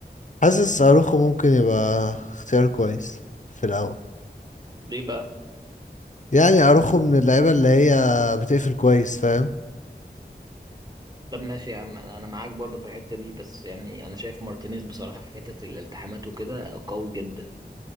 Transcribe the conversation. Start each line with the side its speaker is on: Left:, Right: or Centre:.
Left: حاسس اروخو ممكن يبقى اختيار كويس في الاول
Right: ليه بقى؟
Left: يعني اروخو من اللعيبه اللي هي بتقفل كويس فاهم
Right: طب ماشي يا عم أنا معاك برضه في الحتة دي بس يعني أنا شايف مارتينيز بصراحة في حتة الالتحامات وكده قوي جدا